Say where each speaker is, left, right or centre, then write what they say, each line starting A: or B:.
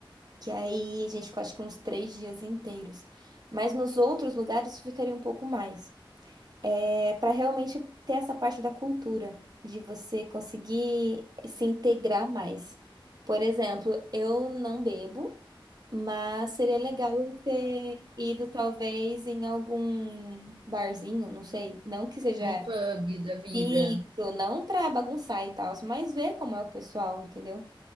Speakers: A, on the right; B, on the right.
A: Que aí a gente ficou acho que uns três dias inteiros. Mas nos outros lugares eu ficaria um pouco mais é, para realmente ter essa parte da cultura, de você conseguir se integrar mais. Por exemplo, eu não bebo, mas seria legal eu ter ido talvez em algum barzinho, não sei, não que seja
B: Um pub da vida,
A: isso, não para bagunçar e tal, mas ver como é o pessoal, entendeu?